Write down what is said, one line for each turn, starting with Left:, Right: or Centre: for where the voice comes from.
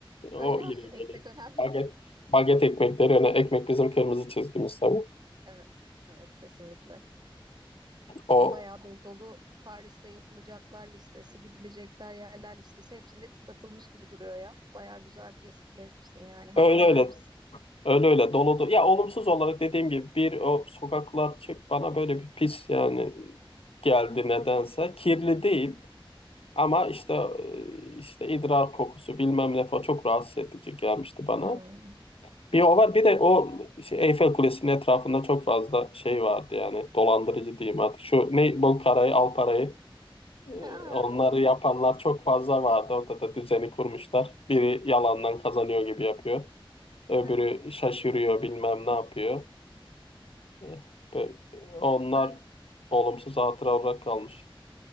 Left: O
Right: Öyle
Left: yine
Right: mi? <laughs>
Left: geliyor.
Right: Ekmek önemli.
Left: Baget, baget ekmekleri. Yani ekmek bizim kırmızı çizgimiz tabii.
Right: Evet, evet kesinlikle. Senin
Left: O
Right: bayağı dolu dolu Paris'te yapılacaklar listesi, gidilecekler yerler listesi hepsinde tik atılmış gibi duruyor ya. Bayağı güzel gez, gezmişsin yani hakkını
Left: öyle öyle
Right: vermişsin.
Left: Öyle öyle doludu. Ya olumsuz olarak dediğim gibi bir o sokaklar şey, bana böyle bir pis yani geldi nedense. Kirli değil ama işte e, işte idrar kokusu bilmem ne falan çok rahatsız edici gelmişti bana.
Right: Hmm.
Left: Bir o var bir de o şey, Eyfel Kulesi'nin etrafında çok fazla şey vardı yani dolandırıcı diyeyim artık. Şu ne bol parayı al parayı e,
Right: Aa.
Left: onları yapanlar çok fazla vardı. Orada da düzeni kurmuşlar. Biri yalandan kazanıyor gibi yapıyor. Öbürü
Right: <laughs>
Left: şaşırıyor bilmem ne yapıyor. Eh, be- Onlar
Right: Ben
Left: olumsuz hatıra olarak kalmış.